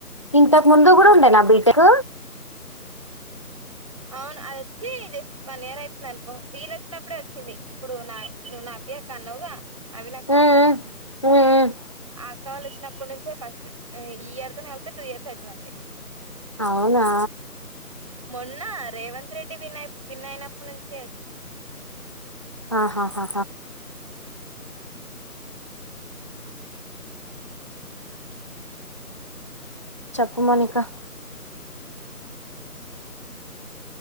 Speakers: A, on the left; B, on the right.
A: ఇంతకు ముందు కూడ ఉండే నా బీటక్
B: అవును అది వచ్చి జస్ట్ వన్ ఇయర్ అయితుంది అనుకో వీల వచ్చినప్పుడే వచ్చింది ఇప్పుడు నా నువు నాకు ఏ కానువుగా నవీన్ అక్క
A: ఉమ్ ఉమ్
B: ఆక్కవాళ్ళు వచ్చినప్పడు నుంచే ఫస్ట్ ఈ ఇయర్ తోని కలిపితే టూ ఇయర్స్ అవుతది అంతే
A: అవునా
B: మొన్న రేవంత్ రెడ్డి విన్ విన్నయినప్పటి నుంచే వచ్చింది
A: ఆహాహాహా
B: ఉమ్
A: చెప్పు మోనికా
B: చెప్పాలె